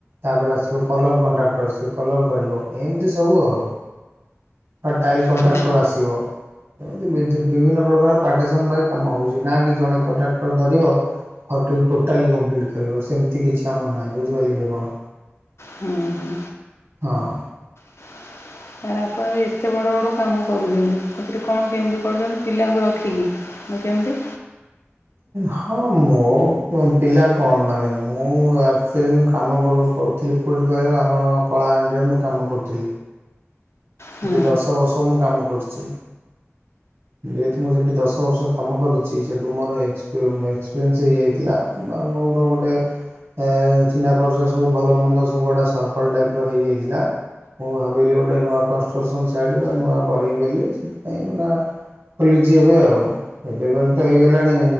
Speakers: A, on the right (about 65°); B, on the left (about 70°).
A: ତାପରେ ଆସିବ କଲର୍ କଣ୍ଟ- କ୍ଟର ସେ କଲର କରିବ। ଏମତି ସବୁ ଆଉ। ବା ଟାଇଲ୍ କଣ୍ଟ୍ରାକ୍ଟର
B: ହଁ
A: ଆସିବ। ବିଧି-ବିଭିନ୍ନ ପ୍ରକାର ପାର୍ଟିସନ୍ ଭାଇ କାମ ହଉଛି ନା କି ଜଣେ କଣ୍ଟ୍ରାକ୍ଟର ଧରିବ। ଘରଟି କୁ ଟୋଟାଲ୍ଲି କମ୍ପ୍ଲିଟ୍ କରିବ ସେମିତି କିଛି ଆମର ନାହିଁ ବୁଝିପାରିଲେ କି ଆପଣ?
B: ହୁଁ ହୁଁ।
A: ହଁ।
B: <unintelligible> ଏ ଏତେ ବଡ଼ ବଡ଼ କାମ କରୁଛନ୍ତି ସେଥିରେ କଣ କେମିତି କରୁଛନ୍ତି ପିଲାଙ୍କୁ ରଖିକି କେମିତି?
A: ହଁ ମୋ ପିଲା କଣ ମାନେ ମୁଁ ଆକ୍ଚୁଆଲି ମୁଁ କାମ କର <unintelligible> କହିଲ ଆମର କଳାହାଣ୍ଡିରେ ମୁଁ କାମ କରୁଥିଲି।
B: ହଁ
A: ସେଠି ଦଶ ବର୍ଷ ମୁଁ କାମ କରୁଚି। ଯେହେତୁ ମୁଁ ସେଠି ଦଶ ବର୍ଷ କାମ କରିଛି ସେଠୁ ମୋର ଏକ୍ସ-ଏକ୍ସପିରିଏନ୍ସ ହେଇଯାଇଥିଲା। ବା ମୋର ଗୋଟେ ଏ ଚିହ୍ନା ପରିରୟ ସବୁ ଭଲ ମନ୍ଦ ସବୁ ଗୁଡ଼ା ସରର୍କଲ ଟାଇପର ହେଇଯାଇଥିଲା। ମୁଁ ଭାବିଲି ଗୋଟେ ନୂଆ କନଷ୍ଟ୍ରସନ୍ ସାଇଟ୍ ବା ନୂଆ କରିବି ବୋଲି ସେଥିପାଇଁ ଏଗୁଡା ଖୋଲିଚି ଏବେ ଆଉ ଏବେ କାଲି ତ ହେଇଗଲାଣି